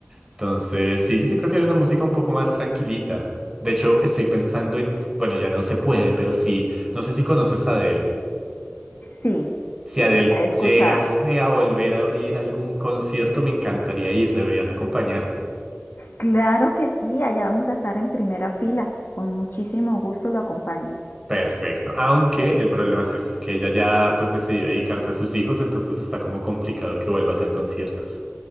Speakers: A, on the right; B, on the left.
A: Entonces sí, sí prefiero la música un poco más tranquilita. De hecho, estoy pensando en, bueno, ya no se puede, pero sí, no sé si conoces a Adele.
B: Sí,
A: Si
B: sí,
A: Adele
B: la he escuchado.
A: llegase a volver a abrir algún concierto, me encantaría ir, deberías acompañarme.
B: Claro que sí, allá vamos a estar en primera fila. Con muchísimo gusto lo acompaño.
A: Perfecto. Aunque el problema es eso, que ella ya pues decidió dedicarse a sus hijos, entonces está como complicado que vuelva a hacer conciertos.